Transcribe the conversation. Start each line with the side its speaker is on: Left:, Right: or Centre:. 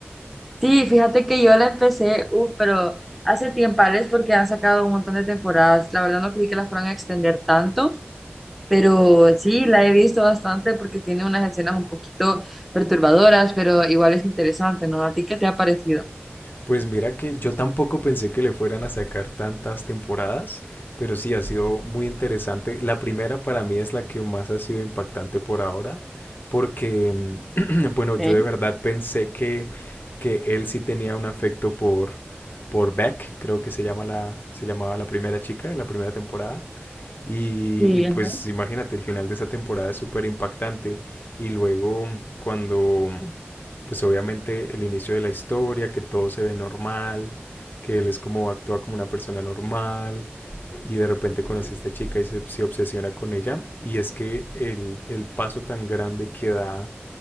Centre: Sí, fíjate que yo la empecé, uh, pero hace tiempales porque han sacado un montón de temporadas. La verdad no creí que la fueran a extender tanto, pero sí, la he visto bastante porque tiene unas escenas un poquito perturbadoras, pero igual es interesante, ¿no? ¿A ti qué te ha parecido?
Left: Pues mira que yo tampoco pensé que le fueran a sacar tantas temporadas, pero sí ha sido muy interesante. La primera para mí es la que más ha sido impactante por ahora, porque, mm, <clears throat> bueno, yo
Centre: Ok,
Left: de verdad pensé que, que él sí tenía un afecto por, por Beck, creo que se llama la, se llamaba la primera chica de la primera temporada. Y,
Centre: Sí,
Left: y pues
Centre: ajá.
Left: imagínate, el final de esa temporada es súper impactante. Y luego cuando, pues obviamente el inicio de la historia, que todo se ve normal, que él es como actúa como una persona normal y de repente conoce a esta chica y se, se obsesiona con ella. Y es que el, el paso tan grande que da